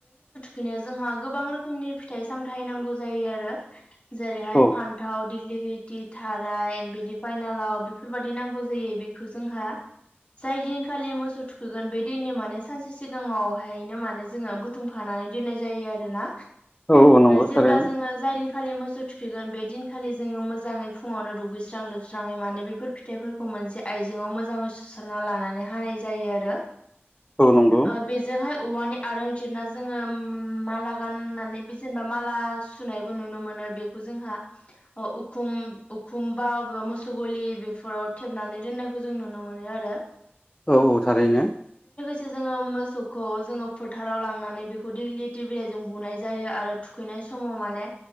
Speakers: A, on the left; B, on the left.
A: बिनो जोंहा गोबां रोखोमनि फिथाइ सामथायाइ नांगौ जायो आरो। जेरैहाय
B: औ
A: फान्थाव दिग्लि थि थाराय बिदि फाइनालाव बेफोरबायाददि नांगौ जायो बेखौ जोंहा
B: <inaudible>
A: जाय दिनखालि मोसौ थुखोगोन बे दिननि माने सानसे सिगाङावहायनो माने जोङो बुथुमखानानै दोन्नाय जायो आरोना
B: औ औ नंगौ
A: जेब्ला
B: थारैनो
A: जोंङो जाय खालि मोसौ थुखैगोन बे दिनखालि जोङो मोजाङै फुङावनो दुगैस्रां लोबस्राङै माने बेफोर फिथाइफोरखौ मोनसे आइजाव मोजांङै स स्राना लानानै हानाय जायो आरो
B: औ नंगौ
A: ओ बेजोंहाय औवानि आरंजिरना जोङो माला गाननानै बि जेनेबा माला सुनायबो नुनो मोनो बेखौ जोंहा उखुम उखुमबा बा मोसौ गलि बेफोराव थेबनानै दोननायखौ जों नुनो मोनो आरो
B: औ औ थारैनो
A: से जोङो मोसौखौ जोङो फोथाराव लांनानै बेखौ दिगलिथि बिलाइजों बुनाय जायो आरो थुखैनाय समाव माने